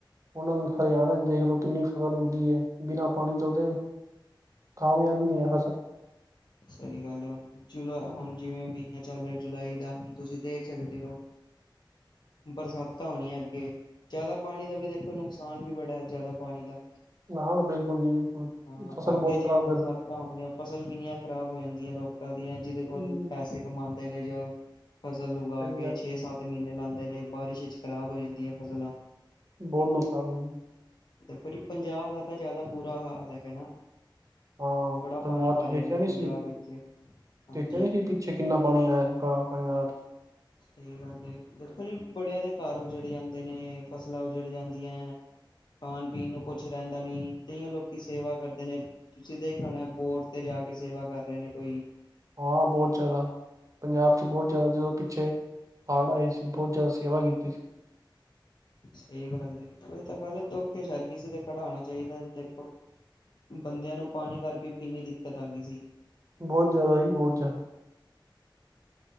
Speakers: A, on the right; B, on the left.
A: ਹੁਨ ਹਰਿਆਣੇ 'ਚ ਦੇਖਲੋ ਕਿੰਨੀ ਫਸਲ ਉਗਦੀ ਏ, ਬਿਨਾ ਪਾਨੀ ਤੋਂ ਦੇ ਕਾਮਯਾਬ ਹੀ ਨੀ ਐ। <unintelligible>
B: ਸਹੀ ਗੱਲ ਐ ਹੁਨ, ਜੁਲਾ ਹੁਨ ਜਿਵੇਂ ਮਹੀਨਾ ਚੱਲ ਰਿਹਾ ਜੁਲਾਈ ਦਾ, ਹੁਨ ਤੁਸੀਂ ਦੇਖ ਸਕਦੇ ਹੋ ਬਰਸਾਤਾਂ ਹੋਨੀਆਂ ਅੱਗੇ, ਜ਼ਿਆਦਾ ਪਾਣੀ ਦਾ ਵੀ ਦੇਖੋ ਨੁਕਸਾਨ ਵੀ ਬੜਾ, ਜ਼ਿਆਦਾ ਪਾਣੀ ਦਾ।
A: ਹਾਂ, ਬਿਲਕੁਲ ਜੀ ਬਿਲਕੁਲ।
B: ਹਾਂ,
A: ਫਸਲ
B: ਅੱਗੇ
A: ਬਹੁਤ
B: ਜਿਵੇਂ
A: ਖ਼ਰਾਬ
B: ਬਰਸਾਤਾਂ
A: ਕਰਦੀ
B: ਹੋਨਗੀਆਂ ਫਸਲ ਕਿੰਨੀਆਂ ਖ਼ਰਾਬ ਹੋ ਜਾਂਦੀਆਂ ਲੋਕਾਂ ਦੀਆਂ, ਜਿਦੇ ਕੋਲ
A: ਹਮ,
B: ਪੈਸੇ ਕਮਾਂਦੇ ਨੇ ਜੋ ਫਸਲ ਉਗਾ
A: ਸਹੀ
B: ਕੇ,
A: ਗੱਲ
B: ਛੇ-ਸੱਤ
A: ਹੈ,
B: ਮਹੀਨੇ ਲਾਂਦੇ ਨੇ, ਬਾਰਿਸ਼ 'ਚ ਖ਼ਰਾਬ ਹੋ ਜਾਂਦੀਆਂ ਫਸਲਾਂ।
A: ਬੋਤ ਨੁਕਸਾਨ ਐ ਜੀ।
B: ਦੇਖੋ ਜੀ ਪੰਜਾਬ ਦਾ ਤਾਂ ਜ਼ਿਆਦਾ ਬੁਰਾ ਹਾਲ ਹੈਗਾ ਨਾ।
A: ਹਾਂ
B: ਬੜਾ
A: ਪੰਜਾਬ
B: ਪਾਣੀ ਭਰ
A: 'ਚ ਦੇਖਿਆ
B: ਜਾਂਦਾ
A: ਨੀ
B: ਪੰਜਾਬ
A: ਸੀ,
B: ਵਿੱਚ ਹਾਂਜੀ
A: ਦੇਖਿਆ ਨੀ ਸੀ ਪੀ ਪਿੱਛੇ ਕਿੰਨਾ ਪਾਨੀ ਆਇਆ <unintelligible> ਪੰਜਾਬ।
B: ਸਹੀ ਗੱਲ ਏ, ਦੇਖੋ ਜੀ ਬੜੇਆਂ ਦੇ ਘਰ ਉਜੜ ਜਾਂਦੇ ਨੇ, ਫਸਲਾਂ ਉਜੜ ਜਾਂਦੀਆਂ। ਖਾਨ ਪੀਨ ਨੂੰ ਕੁਛ ਰਹਿੰਦਾ ਨੀ ਤਇਓ ਲੋਕੀ ਸੇਵਾ ਕਰਦੇ ਨੇ। ਤੁਸੀਂ ਦੇਖਿਆ ਹੋਨਾਂ ਬੋਟ ਤੇ ਜਾ ਕੇ ਸੇਵਾ ਕਰ ਰਹੇ ਨੇ ਕੋਈ।
A: ਹਾਂ ਬੋਤ ਜਾਦਾ। ਪੰਜਾਬ 'ਚ ਬੋਤ ਜਾਦਾ ਜਦੋਂ ਪਿੱਛੇ ਹਾੜ੍ਹ ਆਏ ਸੀ, ਬੋਤ ਜਾਦਾ ਸੇਵਾ ਕੀਤੀ ਸੀ।
B: ਸਹੀ ਗੱਲ ਏ, ਓ ਤਾਂ ਗੱਲ ਦੁੱਖ 'ਚ ਹਰ ਕਿਸੇ ਤੇ ਖੜਾ ਹੋਨਾ ਚਾਈਦਾ, ਦੇਖੋ ਬੰਦਿਆਂ ਨੂੰ ਪਾਨੀ ਕਰਕੇ ਵੀ ਕਿੰਨੀ ਦਿੱਕਤ ਆ ਗੀ ਸੀ।
A: ਬੋਤ ਜਾਦਾ ਜੀ ਬੋਤ ਜਾਦਾ।